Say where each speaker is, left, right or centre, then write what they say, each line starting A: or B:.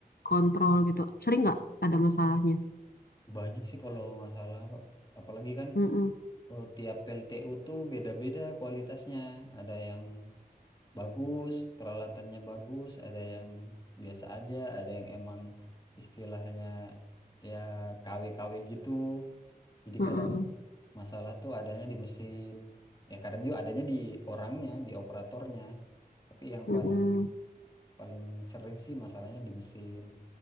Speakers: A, on the left (about 80°); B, on the left (about 25°).
A: kontrol gitu? Sering nggak ada masalahnya?
B: Banyak sih kalau masalah, Mbak. Apalagi kan
A: Mm-mm,
B: eh, tiap PLTU tuh beda-beda kualitasnya. Ada yang bagus, peralatannya bagus, ada yang biasa aja, ada yang emang istilahnya ya KW-KW gitu. Jadi
A: mm-mm,
B: kadang masalah tuh adanya di mesin. Ya kadang juga adanya di orangnya, di operatornya. Tapi yang
A: mm-mm,
B: paling paling sering sih masalahnya di mesin,